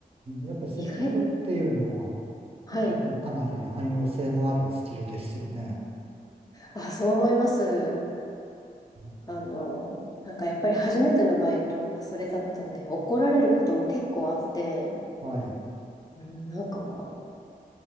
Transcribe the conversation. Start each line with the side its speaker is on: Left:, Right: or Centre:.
Right: やっぱり接客っていうのは、
Left: 意外はい。
Right: 結構かなり汎用性のあるスキルですよね。
Left: あ、そう思います。
Right: うん
Left: あの、なんかやっぱり初めてのバイトがそれだったんで、怒られることも結構あって、
Right: はい。う
Left: うんなんか、